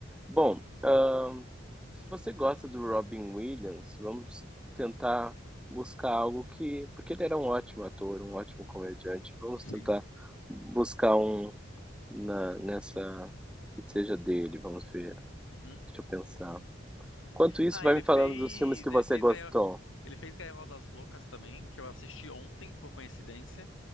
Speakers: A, in the centre; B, on the left.
A: Bom, hã, se você gosta do Robin Williams, vamos tentar buscar algo que porque ele era um ótimo ator, um ótimo comediante. Vamos
B: Sim.
A: tentar buscar um na nessa que seja dele, vamos ver.
B: Uhum.
A: Deixa eu pensar. Enquanto isso,
B: Ah,
A: vai
B: ele
A: me
B: fez,
A: falando dos filmes que
B: ele
A: você
B: fez
A: gostou.
B: Gaiola, ele fez Gaiola das Loucas também, que eu assisti ontem por coincidência.